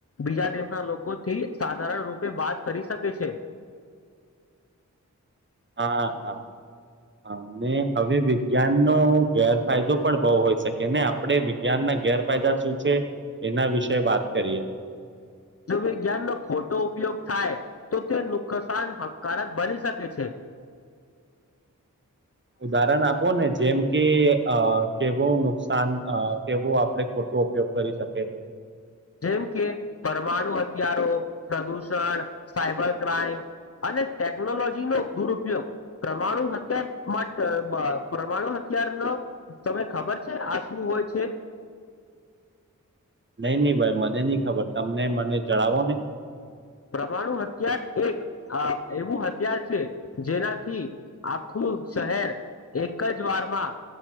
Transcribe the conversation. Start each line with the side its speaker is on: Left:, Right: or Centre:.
Left: બીજા દેશના લોકોથી સાધારણ રૂપે વાત કરી શકે છે.
Right: હા-હા. હા મે હવે વિજ્ઞાન નો ગેરફાયદો પણ બહુ હોય શકે ને. આપણે વિજ્ઞાનના ગેરફાયદા શું છે એના વિશે વાત કરીએ.
Left: જો વિજ્ઞાન નો ખોટો ઉપયોગ થાય તો તે નુક્કસાન હકારક બની શકે છે. <inaudible>
Right: ઉદાહરણ આપો ને જેમ કે અ કેવું નુકસાન કેવું આપણે ખોટું ઉપયોગ કરી શકીએ.
Left: જેમ કે પરમાણુ હથિયારો પ્રદૂષણ સાયબર ક્રાઈમ અને ટેકનોલોજી નો દુર ઉપયોગ પરમાણુ હથિયાર માટે પરમાણુ હથિયાર નો તમે ખબર છે આ શું હોય છે.
Right: નઈ નહી ભાઈ મને નહિ ખબર તમને મને જણાવો ને.
Left: પરમાણુ હત્યાર એક એવું હથ્યાર છે જેનાથી આખું શહેર એક જ વારમાં